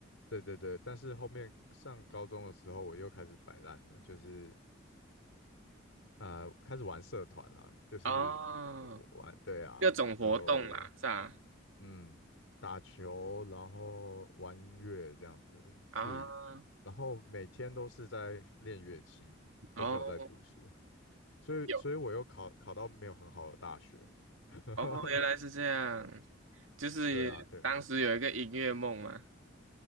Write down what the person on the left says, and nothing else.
对对对，但是后面上高中的时候我又开始摆烂了，就是啊，开始玩社团啦，就是我玩对啊，
就
嗯，打球，然后玩音乐这样子，自己，
然后每天都是在练乐器，都没有在读书，
所以，
所以我又考考到没有很好的大学，<laughs>
对啊，对啊，